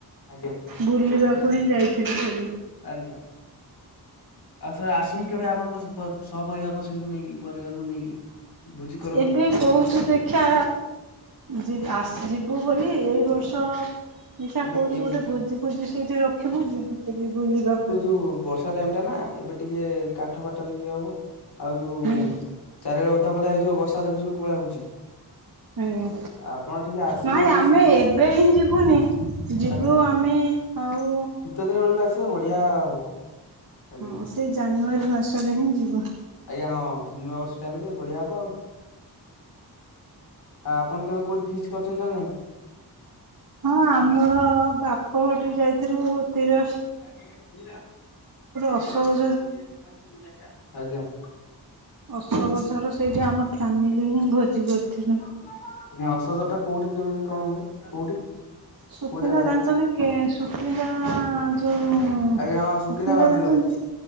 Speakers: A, on the left (about 70°); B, on the right (about 55°).
A: ଆଜ୍ଞା
B: ବୁଲିବାକୁ ହିଁ ଯାଇଥିଲୁ ଖାଲି।
A: ଆଜ୍ଞା। ଆଉ ଥରେ ଆସନ୍ତୁ କେବେ ଆପଣଙ୍କ ସପରିବାରଙ୍କ ସହିତ ନେଇକି ପରିବାରଙ୍କୁ ନେଇକି। ଭୋଜି କରନ୍ତୁ।
B: ଏବେ କହୁଛୁ ଦେଖ ଦେଖିଆ ଆସ ଯିବୁ ବୋଲି ଏଇ ବର୍ଷ ଦେଖିଆ
A: ଆଜ୍ଞା
B: କୋଉଠି
A: ଏବ୍
B: ଗୋଟେ ଭୋଜି ଫୋଜି ସେଇଠି ରଖିବୁ ଯିବୁ ବୁଲି ବୁଲିବା ପାଇଁ।
A: ଓ ବର୍ଷ ର୍ଷା ଟାଇମ ଟା ନା ଏବେ ଟିକେ କାଠଫାଟରେ ଇଏ ହବ। ଆଉ ଯୋଉଁ
B: ହୁଁ
A: ଚାରିଆଡେ ଓଦାଫୋଦା ହେଇଯିବ ବର୍ଷା ଦେଖୁଛନ୍ତି କୋଉଭଳିଆ ହୋଉଛି।
B: ଆଜ୍ଞା
A: ଆପଣ ଟିକେ ଆସିବେ
B: ନାଇଁ
A: ଯଦି
B: ଆମେ
A: ଶୀତ
B: ଏବେ ହିଁ ଯିବୁନି, ଯିବୁ
A: ଆଜ୍ଞା
B: ଆମେ ଆଉ
A: <unintelligible> ବେଳକୁ ଆସିବେ ବଢିଆ ହବ। ଆଜ୍ଞା
B: ହଁ ସେଇ ଜାନୁଆରୀ ମାସରେ ହିଁ ଯିବୁ।
A: ଆଜ୍ଞା ହଁ ନୂଆ ବର୍ଷ ଟାଇମ ରେ ବଢିଆ ହବ ଆଉ। ଆଉ ଆପଣ କେବେ କୋଉଠି ଫିଷ୍ଟ କରିଛନ୍ତି ନା ନାଇଁ?
B: ହଁ ଆମର ବାପ ଘଠି ଯାଇଥିଲୁ ତିର
A: <unintelligible>
B: ଅଶୋକ
A: ଆଜ୍ଞା।
B: ଅଶୋକଝର ସେଇଠି ଆମ ଫ୍ୟାମିଲି ହିଁ ଭୋଜି କରିଥିଲୁ।
A: ଆଜ୍ଞ ଅଶୋକଝର ଟା କୋଉଠି କେମିତି କଣ ହୁଏ କୋଉଠି?
B: ସୁକିନ୍ଦା
A: କୋଉ ଜାଗା ଟା
B: ଜାଣିଛନ୍ତି କେ ସୁକିନ୍ଦା ଯୋଉ ହଁ
A: ଆଜ୍ଞା ହଁ
B: ସୁକିନ୍ଦା
A: ବାମ୍ବିଲ
B: ଜାଣିଛନ୍ତି?